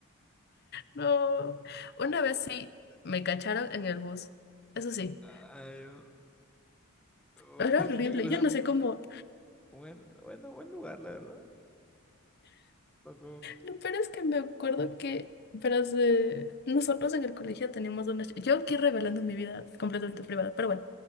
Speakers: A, on the left (about 50°); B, in the centre.
A: No, una
B: <laughs>
A: vez sí me cacharon en el bus, eso sí,
B: Ay, no. Bu-
A: era
B: <laughs>
A: horrible,
B: Gracias.
A: yo no sé cómo,
B: Buen, bueno, buen lugar, la verdad. Tocó.
A: lo peor es que me acuerdo que, verás, eh, nosotros en el colegio teníamos una, ch- yo aquí revelando mi vida completamente privada, pero bueno,